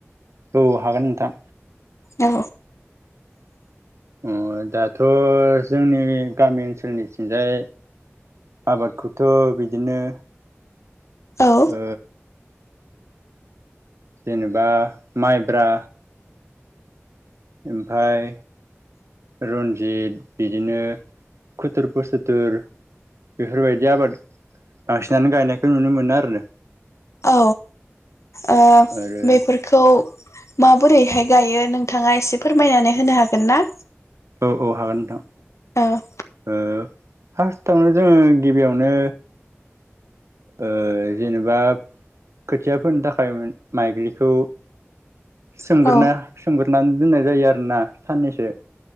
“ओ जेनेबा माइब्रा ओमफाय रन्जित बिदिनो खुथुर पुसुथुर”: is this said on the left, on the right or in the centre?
Right